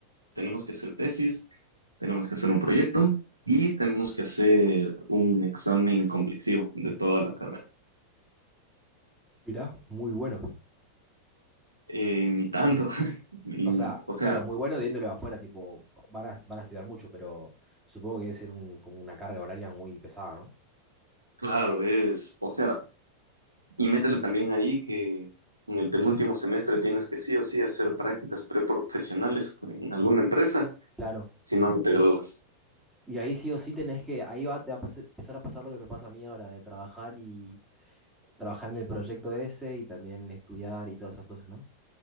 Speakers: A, on the right (about 80°); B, in the centre.
A: tenemos que hacer tesis, tenemos que hacer un proyecto y tenemos que hacer un examen complexivo de toda la carrera.
B: Mirá, muy bueno.
A: Eh, ni tanto. <laughs> Ni-
B: O sea,
A: o sea,
B: claro, muy bueno viéndolo de afuera, tipo, van a, van a estudiar mucho, pero supongo que debe ser un, como una carga horaria muy pesada, ¿no?
A: claro, es, o sea, y métele también ahí que en el penúltimo semestre tienes que sí o sí hacer prácticas preprofesionales en alguna empresa,
B: Claro.
A: si no, no te gradúas.
B: Y ahí sí o sí tenés que, ahí va, te va a pas- empezar a pasar lo que me pasa a mí ahora, de trabajar y trabajar en el proyecto ese y también estudiar y todas esas cosas, ¿no?